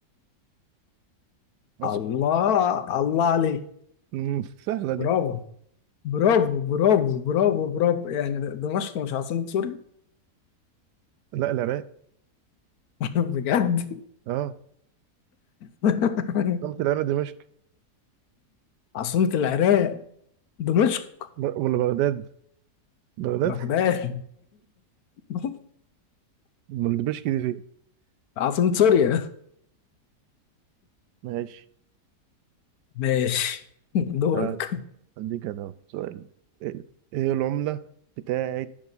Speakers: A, on the right; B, on the left.
A: أصل...
B: الله الله عليك
A: مم، سهلة
B: برافو
A: دي
B: برافو برافو برافو برافو يعني دمشق مش عاصمة سوريا
A: لا العراق
B: <laughs> بجد
A: اه
B: <laughs>
A: قلت العراق دمشق
B: عاصمة العراق دمشق
A: ب- ولا بغداد بغداد
B: بغداد <laughs>
A: امال دمشق دي فين
B: عاصمة سوريا
A: ماشي
B: ماشي <laughs> دورك
A: تعال هديك انا أهو سؤال ايه إيه العملة بتاعت